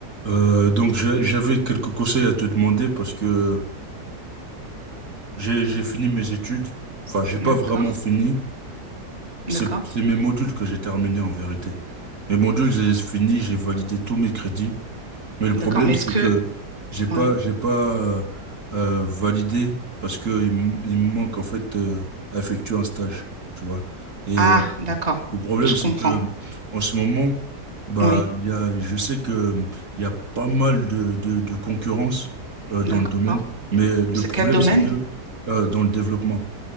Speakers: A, on the right; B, on the right.
A: Euh, donc j'a- j'avais quelques conseils à te demander parce que j'ai j'ai fini mes études. Enfin, j'ai pas
B: D'accord,
A: vraiment fini. C'est
B: d'accord,
A: c'est mes modules que j'ai terminés en vérité. Mes modules, j'ai fini, j'ai validé tous mes crédits. Mais le
B: d'accord.
A: problème,
B: Mais
A: c'est
B: est-ce que...
A: que j'ai pas
B: Oui.
A: j'ai pas euh, euh, validé parce que il, m- il me manque en fait euh, à effectuer un stage, tu vois. Et
B: Ah,
A: euh,
B: d'accord.
A: Le problème,
B: Je
A: c'est
B: comprends.
A: que en ce moment, bah,
B: Oui,
A: il y a, je sais que euh, il y a pas mal de, de, de concurrence euh, dans
B: d'accord.
A: le domaine, mais le
B: C'est
A: problème,
B: quel domaine?
A: c'est que euh, dans le développement